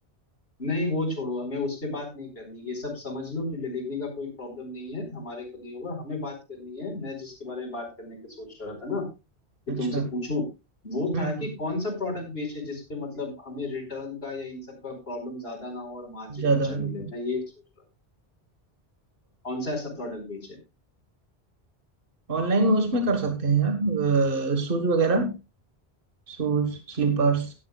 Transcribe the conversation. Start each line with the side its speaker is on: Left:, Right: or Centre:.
Left: नहीं वो छोड़ो हमें उस पे बात नहीं करनी ये सब समझ लो कि डिलीवरी का कोई प्रॉब्लम नहीं है हमारे को नहीं होगा हमें बात करनी है मैं जिसके बारे में बात करने की सोच रहा था ना कि
Right: अच्छा
Left: तुमसे पूछूं वो
Right: हम्म
Left: था
Right: हम्म
Left: कि कौन सा प्रोडक्ट बेचे जिसपे मतलब हमें रिटर्न का या इन सब का प्रॉब्लम ज्यादा ना हो और मार्जिन
Right: ज्यादा
Left: अच्छा
Right: लोग
Left: मिले मैं ये सोच रहा हूँ कौन सा ऐसा प्रोडक्ट बेचे
Right: ऑनलाइन उसमें कर सकते हैं यार शूज वगैरह शूज स्लीपर्स